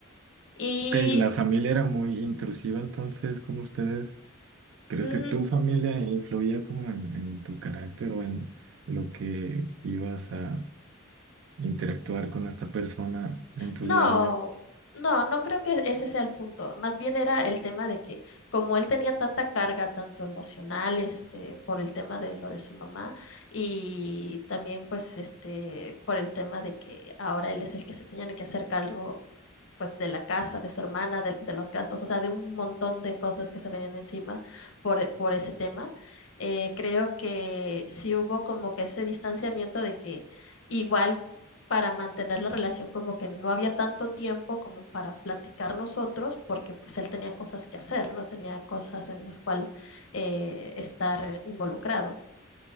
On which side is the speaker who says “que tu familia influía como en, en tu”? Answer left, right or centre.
Right